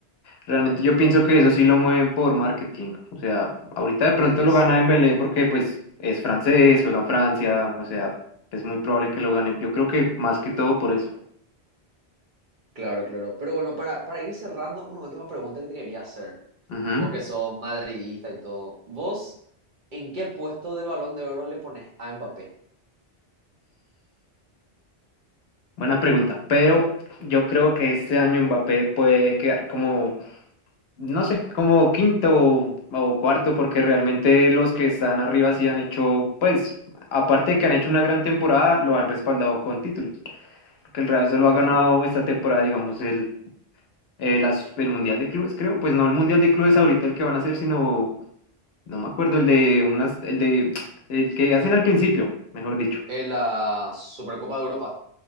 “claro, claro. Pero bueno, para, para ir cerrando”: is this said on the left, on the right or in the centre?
Right